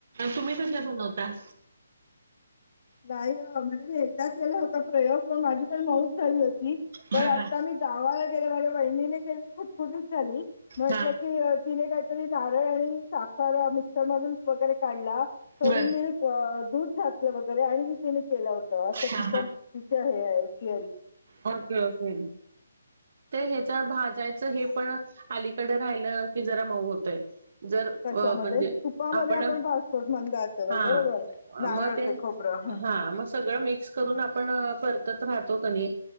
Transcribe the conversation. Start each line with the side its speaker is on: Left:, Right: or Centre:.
Right: तुम्ही कशा बनवता?
Left: नाही ओ म्हणजे मी एकदा केला होता प्रयोग पण माझी पण मऊच झाली होती. पण
Right: हा
Left: आता
Right: हा
Left: मी गावाला गेले माझ्या वहिनीने केली ती खुटखुटित झाली. म्हटलं
Right: हा
Left: की तिने काय तिने नारळ आणि साखर मिक्सर मधून वगैरे काढला थोडी
Right: बर
Left: मिल्क अ दूध घातलं वगैरे आणि तिनी केलं होतं असं
Right: हा
Left: तिच तिच हे हाय थिअरी
Right: मग कळत नाई ते ह्याचा भाजायचं हे पण अलीकड राहिलं की जरा मऊ होतय. जर अ
Left: कशामध्ये?
Right: म्हणजे
Left: तुपामध्ये
Right: आपण
Left: भाजतो मंद आचेवर
Right: हा,
Left: बरोबर. नारळ
Right: म ते हा,
Left: खोबरं. हं.
Right: म सगळं मिक्स करून आपण परतत राहतो कनी